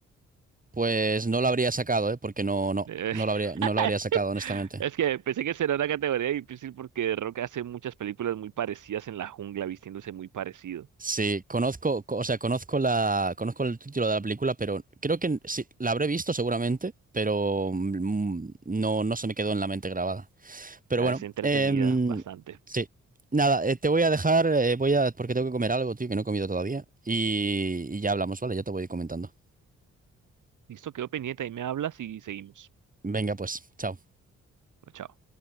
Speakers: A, on the right; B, on the right.
A: Pues no lo habría sacado, ¿eh? Porque no, no,
B: Eh,
A: no lo habría, no
B: <laughs>
A: lo habría sacado, honestamente.
B: es que pensé que será una categoría difícil porque Rock hace muchas películas muy parecidas en la jungla, vistiéndose muy parecido.
A: Sí, conozco, co- o sea, conozco la, conozco el título de la película, pero creo que sí, la habré visto seguramente, pero mm, no, no se me quedó en la mente grabada. Pero
B: Es
A: bueno,
B: entretenida
A: em,
B: bastante.
A: sí. Nada, eh, te voy a dejar, eh, voy a, porque tengo que comer algo, tío, que no he comido todavía. Y, y ya hablamos, ¿vale? Ya te voy comentando.
B: Listo, quedó pendiente, ahí me hablas y seguimos.
A: Venga, pues, chao.
B: Chao.